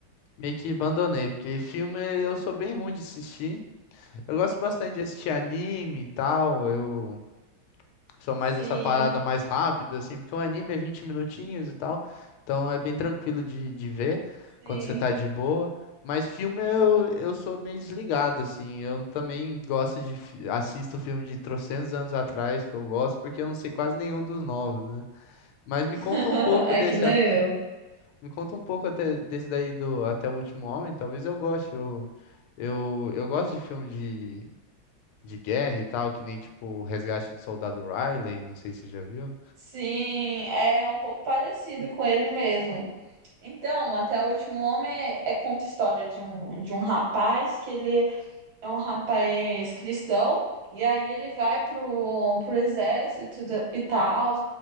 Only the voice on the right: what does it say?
Sim,
sim.
<laughs>
É
que nem
eu.
Sim, é um pouco parecido com ele mesmo. Então, até o último homem é, é conta a história de um, de um rapaz que ele é um rapaz cristão, e aí ele vai pro, pro exército da- e tal.